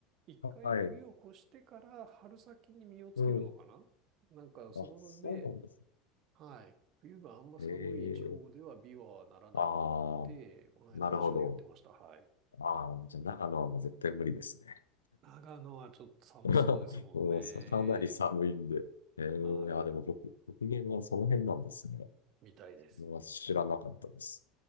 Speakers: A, on the right; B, on the left.
A: 一回冬を越してから春先に実をつけるのかななんか、
B: はい。うん。
A: それで、
B: あ、そうなんですね。
A: はい。冬があんま寒い地方では美はならないって、
B: ええああ、
A: この間ラジオで言ってました。
B: なるほど。
A: はい。
B: ああ、じゃあ、長野はもう絶対無理ですね。
A: 長野はちょっと寒そうですもんね。
B: <laughs> もうん、かなり寒いんで。えー、
A: はい。
B: あ、でも北、北限はその辺なんですね。
A: みたいです。
B: 僕は知らなかったです。